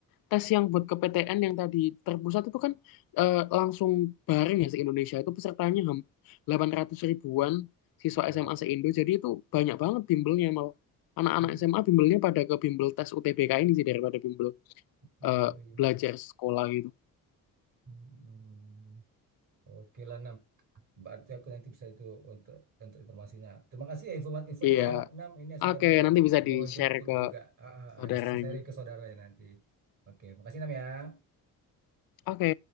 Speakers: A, on the left; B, on the right.
A: tes yang buat ke PTN yang tadi terpusat itu kan eh, langsung bareng ya se-Indonesia itu pesertanya ham- 800 ribuan siswa
B: Wah,
A: SMA se-Indo. Jadi itu banyak banget bimbelnya malah. Anak-anak
B: iya
A: SMA bimbelnya pada ke bimbel tes UTBK ini sih daripada bimbel
B: iya
A: eh,
B: iya iya.
A: belajar sekolah gitu.
B: Hmm. hmm. Oke lah Nam. Berarti aku nanti bisa itu untuk untuk informasinya. Terima kasih ya informat infonya
A: Iya.
B: ya Nam. Ini ya
A: Oke,
B: saya mau
A: nanti bisa di-share
B: mau jemput
A: ke
B: juga. Ah, ah, ah.
A: saudaranya.
B: hanya sisa saya sharing ke saudaranya nanti. Oke, makasih Nam ya.
A: Oke.